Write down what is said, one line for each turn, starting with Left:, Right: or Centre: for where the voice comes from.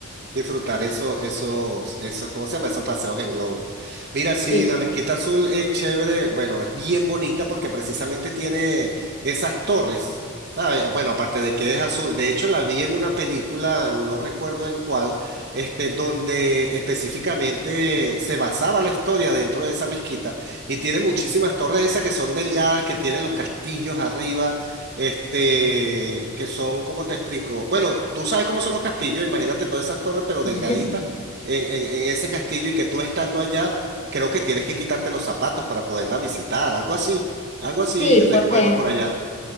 Right: Disfrutar eso, esos, esos, ¿cómo se llama? Esos paseos en globo. Mira, sí,
Left: sí,
Right: la Mezquita Azul es chévere, bueno, es bien bonita porque precisamente tiene esas torres, ¿sabes? Bueno, aparte de que es azul, de hecho la vi en una película, no recuerdo en cuál, este, donde específicamente se basaba la historia dentro de esa mezquita y tiene muchísimas torres esas que son delgadas, que tienen los castillos arriba este, que son, ¿cómo te explico? Bueno, tú sabes cómo son los castillos, imagínate todas esas torres, pero
Left: <laughs>
Right: delgaditas en, en- en ese castillo y que tú estando allá, creo que tienes que quitarte los zapatos para poderla visitar, algo así, algo así
Left: sí,
Right: recuerdo
Left: por, te-
Right: por allá.